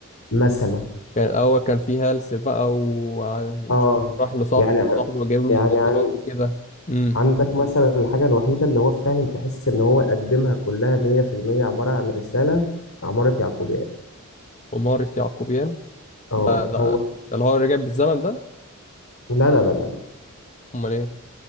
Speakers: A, on the left (about 85°); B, on the left (about 35°).
A: مثلا
B: كان الأول كان فيه هلس بقى ومش
A: آه
B: راح لصاحبه
A: يعني
B: وصاحبه جايب له
A: يعني
B: مخدرات
A: عن-
B: وكده امم
A: عندك مثلا الحاجة الوحيدة اللي هو فعلا تحس إن هو قدمها كلها مية في المية عبارة عن رسالة عمارة يعقوبيان
B: ومارس يعقوبيان
A: اه
B: ده, ده,
A: هو
B: ده اللي هو رجع بالزمن ده
A: لا لا لا لا لا
B: أمال إيه